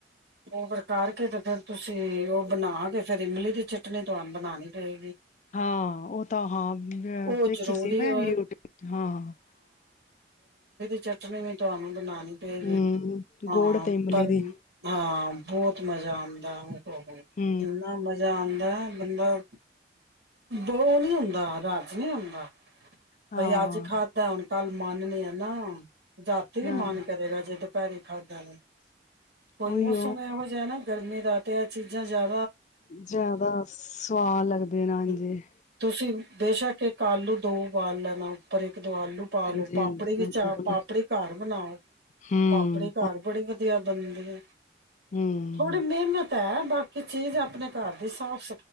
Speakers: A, on the right; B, on the left.
A: ਉਹ ਵਰ ਕਰ ਕੇ ਤੇ ਫਿਰ ਤੁਸੀਂ ਉਹ ਬਣਾ ਕੇ ਫੇਿਰ ਇਮਲੀ ਦੀ ਚਟਨੀ ਤੁਹਾਨੂੰ ਬਣਾਉਣੀ ਪਏਗੀ
B: ਹਾਂ ਉਹ ਤਾਂ ਹਾਂ
A: ਉਹ
B: ਦੇਖੀ
A: ਜ਼ਰੂਰੀ
B: ਸੀ ਮੈਂ
A: ਉਹ
B: ਯੂਟਊਬ ਹਾਂ
A: ਚਟਣੀ ਵੀ ਤੁਹਾਨੂੰ ਬਣਾਣੀ ਪਏਗੀ
B: ਹੂੰ
A: ਹਾਂ
B: ਗੋੜ ਤੇ ਇਮਲੀ
A: ਪਰ
B: ਦੀ
A: ਹਾਂ ਬਹੁਤ ਮਜ਼ਾ ਆਉਂਦਾ ਉਹ
B: ਹੂੰ
A: ਇੰਨਾ ਮਜ਼ਾ ਆਂਦਾ ਮਤਲਬ ਉਹ ਨੀ ਹੁੰਦਾ ਰਾੱਜ ਨਹੀਂੀ ਹੁੰਦਾ
B: ਹਾਂ,
A: ਬਈ ਅੱਜ ਖਾਧਾ ਹੁਣ ਕੱਲ ਮੰਨਣੇ ਆ ਨਾ ਦਾਤੀ ਵੀ
B: ਹਾਂ
A: ਮਨ ਕਰੇਗਾ ਜਦ <unintelligible> ਕੋਈ
B: ਉਹੀਓ
A: ਮੌਸਮ ਇਹੋ ਜਿਹਾ ਨਾ ਗਰਮੀ ਦਾ ਤੇ ਇਹ ਚੀਜ਼ਾਂ ਜ਼ਦਾ
B: ਜ਼ਿਆਦਾ ਸੁਵਾਦ ਲੱਗਦੇ ਨੇ ਹਾਂ
A: ਹਮ
B: ਜੇ
A: ਤੁਸੀਂ ਬੇਸ਼ੱਕ ਇੱਕ ਆਲੂ ਦੋ ਬਾਲ ਲੈਣਾ ਉੱਪਰ ਇੱਕ ਦੋ ਆਲੂ ਪਾ ਲੋੋ
B: ਹਾਂਜੀ,
A: ਪਾਪੜੀ
B: ਹਾਂਜੀ
A: ਵਿੱਚ ਆ ਪਾਪੜੀ ਘਰ ਬਣਾਓ
B: ਹੂੰ,
A: ਪਾਪੜੀ ਘਰ ਬੜੀ ਵਧੀਆ <unintelligible>
B: ਹੂੰ
A: ਥੋੜੀ ਮਿਹਨਤ ਹੈ ਬਾਕੀ ਚੀਜ਼ ਆਪਣੇ ਘਰ ਦੀ ਸਾਫ਼